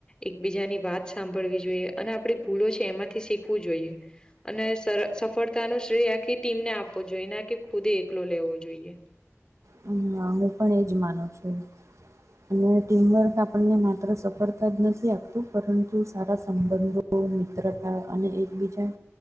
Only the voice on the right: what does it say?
હમમ હું પણ એજ માનું છું. અને ટીમવર્ક આપણને માત્ર સફળતા જ નથી આપતું પરંતુ સારા સંબંધો સબંધો, મિત્રતા અને એકબીજા